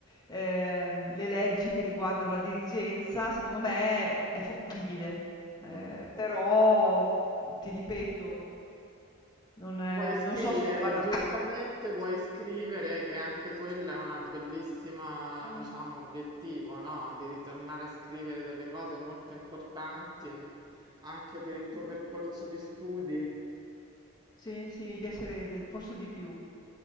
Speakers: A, on the left; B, on the right.
A: ehm, le leggi che riguardano la dirigenza, secondo me è fattibile. Ehm,
B: Mm.
A: però, mhmm, ti ripeto non è-
B: Vuoi scrivere,
A: non so se ne val la
B: giustamente
A: pena.
B: vuoi scrivere che anche quella è una bellissima,
A: Mh,
B: diciamo, obiettivo, no? Di ritornare a scrivere delle cose molto importanti in- anche per il tuo
A: sì.
B: percorso di studi.
A: Sì, sì, mi piacerebbe, forse di più.